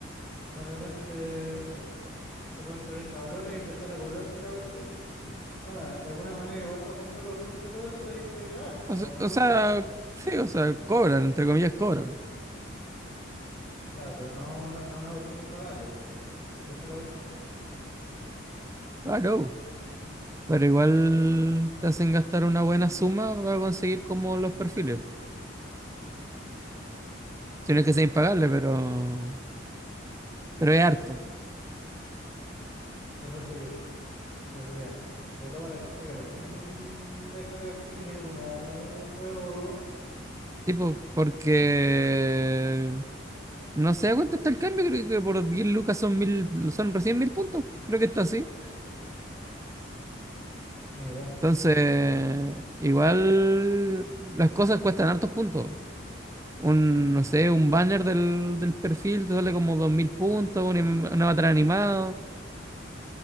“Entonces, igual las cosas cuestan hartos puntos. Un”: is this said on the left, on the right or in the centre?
Right